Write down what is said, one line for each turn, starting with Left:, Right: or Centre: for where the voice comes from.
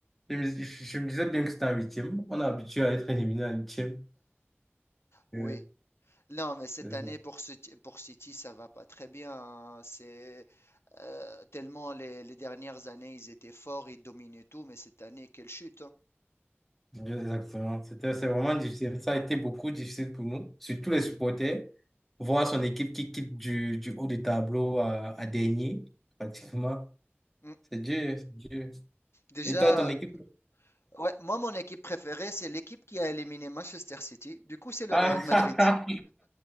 Centre: Je me, je- je me disais bien que c'était en 8 On est habitué à être éliminé en 8e.
Left: Oui.
Centre: Euh,
Left: Non, mais cette
Centre: c'est
Left: année
Centre: ça.
Left: pour City, pour City, ça va pas très bien. hein. C'est euh, tellement les, les dernières années, ils étaient forts, ils dominaient tout, mais cette année, quelle chute. hein.
Centre: Exactement. C'était, c'est vraiment difficile. Ça a été beaucoup difficile pour nous, surtout les supporters. Voir son équipe qui quitte du, du haut du tableau à, à dernier, pratiquement.
Left: Mm.
Centre: C'est dur, c'est dur.
Left: Déjà,
Centre: Et toi, ton équipe?
Left: ouais, moi, mon équipe préférée, c'est l'équipe qui a éliminé Manchester City. Du coup, c'est le
Centre: Ah,
Left: Real Madrid.